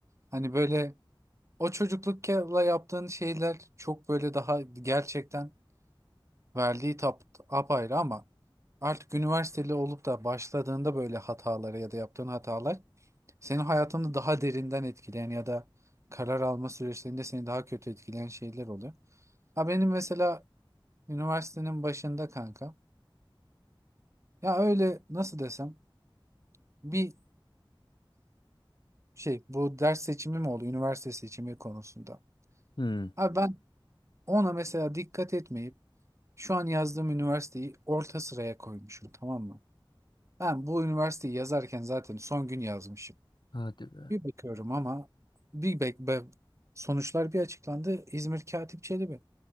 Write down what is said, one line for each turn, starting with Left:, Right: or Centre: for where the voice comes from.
Right: Hani böyle o çocuklukla yaptığın şeyler çok böyle daha gerçekten verdiği tap apayrı ama artık üniversiteli olup da başladığında böyle hatalara ya da yaptığın hatalar senin hayatını daha derinden etkileyen ya da karar alma süreçlerinde seni daha kötü etkileyen şeyler oluyor. Ha benim mesela üniversitenin başında kanka ya öyle nasıl desem bir şey bu ders seçimi mi oldu üniversite seçimi konusunda.
Left: Hmm.
Right: Abi ben ona mesela dikkat etmeyip şu an yazdığım üniversiteyi orta sıraya koymuşum tamam mı? Ben bu üniversiteyi yazarken zaten son gün yazmışım.
Left: Hadi be.
Right: Bir bakıyorum ama bir bek be- sonuçlar bir açıklandı. İzmir Katip Çelebi.